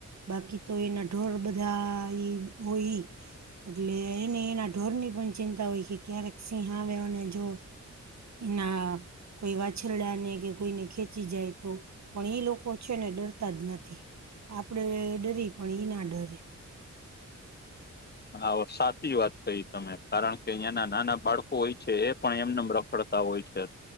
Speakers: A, on the right; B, on the left.
A: બાકી તો એના ઢોર બધા એ હોય ઈ. એટલે એને એના ઢોરની પણ ચિંતા હોય કે ક્યારેક સિંહ આવે અને જો. એના કોઈ વાછરડા ને કે કોઈને ખેંચી જાય તો. પણ ઈ લોકો છે ને ડરતા જ નથી. આપડે ડરી પણ ઈ ના ડરે.
B: હા સાચી વાત કહી તમે કારણ કે અહંના નાના બાળકો હોય છે. એ પણ એમને રખડ તા હોય છે,